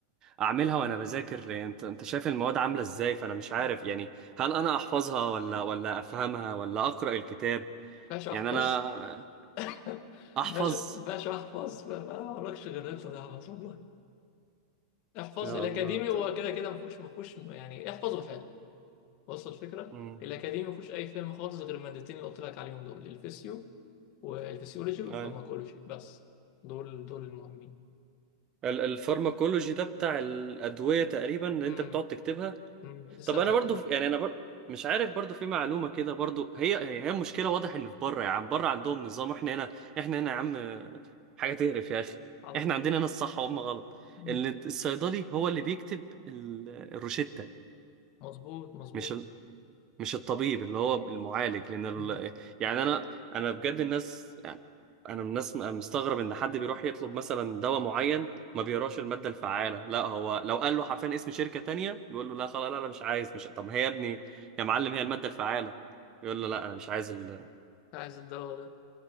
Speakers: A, on the right (about 30°); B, on the left (about 40°).
A: أعملها وأنا بذاكر يعني أنت أنت شايف المواد عاملة إزاي فأنا مش عارف
B: طبعاً.
A: يعني هل أنا أحفظها ولا ولا أفهمها ولا أقرأ الكتاب
B: باشا
A: يعني
B: احفظ
A: انا
B: <laughs>
A: احفظ
B: باشا باشا احفظ ما ما وراكش غير انت تحفظ والله احفظ
A: يا
B: الاكاديمي
A: الله طيب
B: هو كده كده ما فيهوش ما فيهوش يعني احفظه حلو وصل الفكره
A: امم
B: الاكاديمي ما فيهوش اي فهم خالص غير المادتين اللي قلت لك عليهم دول الفيسيو والفسيولوجي والفارماكولوجي
A: اي
B: بس دول دول المهمين
A: الفارماكولوجي ده بتاع الادويه تقريبا اللي
B: امم
A: انت بتقعد تكتبها
B: امم لسه
A: طب انا
B: هتاخدها
A: برضو يعني انا برضو مش عارف برضو في معلومه كده برضو هي هي مشكله واضح ان في بره يا عم بره عندهم نظام احنا هنا احنا هنا يا عم حاجه تقرف يا اخي
B: على
A: احنا
B: الله
A: عندنا هنا الصح وهم غلط
B: مم.
A: ال- الصيدلي هو اللي بيكتب ال- الروشتة
B: مظبوط مظبوط
A: مش مش الطبيب اللي هو المعالج لان ال...
B: امم
A: يعني انا انا بجد الناس يعني انا من الناس م- مستغرب ان حد بيروح يطلب مثلا دواء معين ما بيقراش الماده الفعاله لا هو لو قال له حرفيا اسم شركه تانية بيقول له لا خلاص لا انا مش عايز مش طب ما هي يا ابني يا معلم هي الماده الفعاله يقول له لا انا مش عايز ال
B: عايز الدواء ده